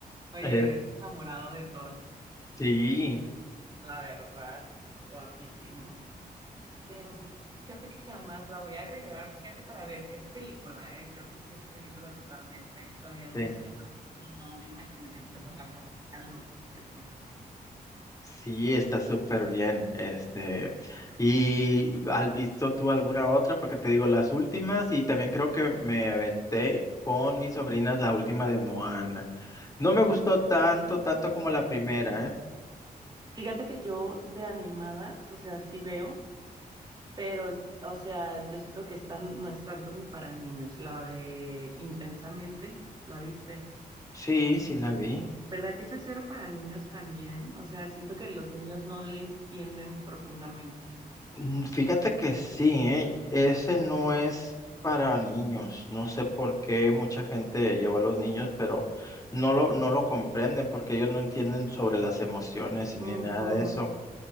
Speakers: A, on the right; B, on the left.
A: Oye,
B: Eh,
A: enamorado de todas nosotras.
B: sí,
A: La verdad, guapísimo. Pero no, fíjate que jamás la voy a agregar. Fíjate para ver, es película, eh, Creo que sí es película totalmente. La había anunciado,
B: sí.
A: pero no me imaginé que lo fuera algo tan loquillo tan-
B: Sí, está súper bien. Este, ¿y has visto tú alguna otra? Porque te digo las últimas y también creo que me aventé con mis sobrinas la última de Moana. No me
A: Ah,
B: gustó tanto,
A: ay,
B: tanto
A: qué
B: como la primera,
A: tal.
B: ¿eh?
A: Fíjate que yo de animadas, o sea, sí veo, pero, o sea, yo siento que están, no es tanto ni para niños. La de Intensamente, ¿la viste?
B: Sí, sí la vi.
A: ¿Verdad que esa es cero para niños también? O sea, siento que los niños no le entienden profundamente.
B: Mm, Fíjate que sí, ¿eh? Ese no es para niños. No sé por qué mucha gente lleva a los niños, pero no lo, no lo comprenden porque ellos no entienden sobre las emociones y
A: Ujú.
B: ni nada de eso.